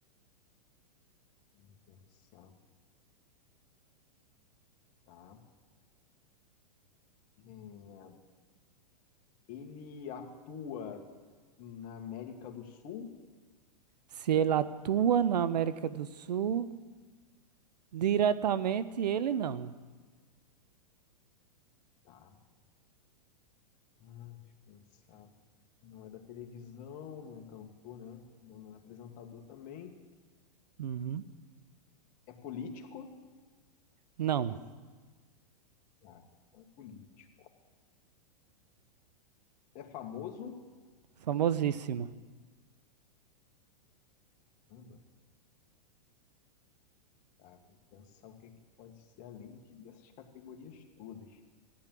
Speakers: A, on the left; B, on the right.
A: Deixa eu pensar, tá? É, ele atua na América do Sul?
B: Se ele atua na América do Sul. Diretamente ele não.
A: Tá. Ah, deixa eu pensar. Não é da televisão, não é cantor, né? Não, não é apresentador também.
B: Uhum.
A: É político?
B: Não.
A: Tá, não é político. É famoso?
B: Famosíssimo.
A: Caramba, tá. Tem que pensar o que, que pode ser além de- dessas categorias todas.